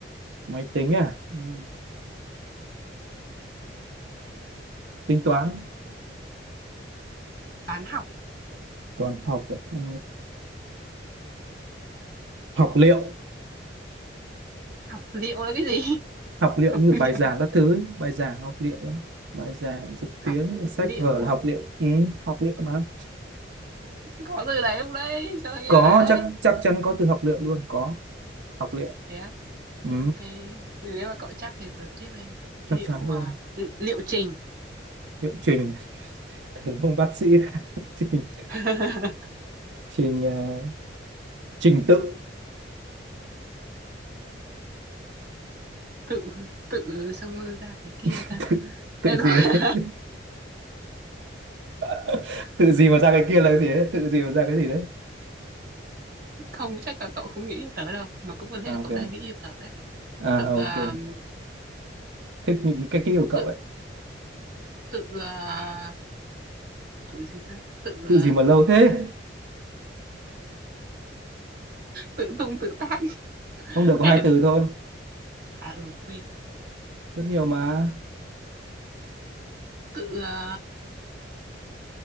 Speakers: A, on the right; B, on the right.
A: máy tính à ừ. tính toán
B: toán học
A: toán học à? ừ. học liệu
B: học liệu là cái gì <laughs>
A: học liệu
B: học
A: như
B: liệu
A: bài giảng các thứ ấy. bài giảng học liệu đó. bài giảng trực
B: học
A: tuyến sách
B: liệu
A: vở là
B: á?
A: học liệu ừ, học liệu mà
B: có từ đấy không đấy sao nghe
A: có
B: lạ đấy
A: chắc chắc chắn có từ học liệu luôn có học liệu
B: thế á
A: ừ,
B: ok thì nếu mà cậu chắc thì tớ tiếp đây
A: chắc
B: liệu
A: chắn luôn
B: à, liệu trình
A: liệu trình <laughs> thầy ông bác sĩ <laughs> liệu trình
B: <laughs>
A: trình ờ, trình tự
B: tự tự xong rồi ra cái kia
A: <laughs>
B: ta
A: tự, tự
B: Ê,
A: gì
B: thôi
A: đấy <laughs> tự gì mà ra cái kia là cái gì đấy tự gì mà ra cái gì đấy
B: Không, chắc là cậu không nghĩ như tớ đâu, mà cũng có
A: à,
B: thể là
A: ok
B: cậu đang nghĩ như tớ đấy.
A: à
B: Tự
A: ok
B: à,
A: thích những cái kỹ của cậu
B: tự
A: ấy
B: tự à, tự gì ta? Tự
A: tự
B: à,
A: gì mà lâu thế
B: tự tung tự tác.
A: <laughs>
B: <laughs>
A: không được
B: Ê,
A: có hai từ thôi
B: à ừ quên.
A: rất nhiều mà
B: Tự à,